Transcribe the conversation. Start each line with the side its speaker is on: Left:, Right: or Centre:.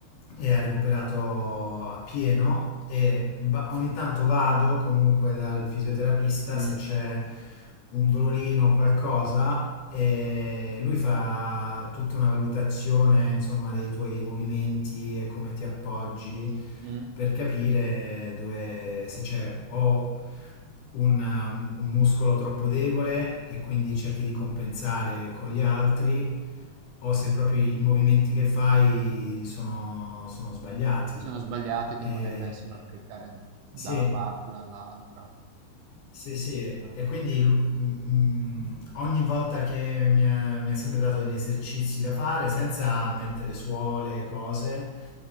Left: e ha recuperato appieno e va- ogni tanto vado comunque dal fisioterapista
Right: Mm,
Left: se c'è un dolorino o qualcosa e lui fa tutta una valutazione, insomma, dei tuoi movimenti e come ti appoggi
Right: mm.
Left: per capire dove, se c'è o un, um, un muscolo troppo debole e quindi cerchi di compensare con gli altri, o se proprio i i movimenti che fai sono, sono sbagliati.
Right: Sono sbagliati, quindi
Left: E-
Right: magari vai a sovraccaricare da
Left: sì.
Right: una parte, dall'altra.
Left: Sì, sì, e
Right: Eh,
Left: quindi lu- mm, ogni volta che mi ha, mi ha sempre dato degli esercizi da fare senza mettere suole, cose,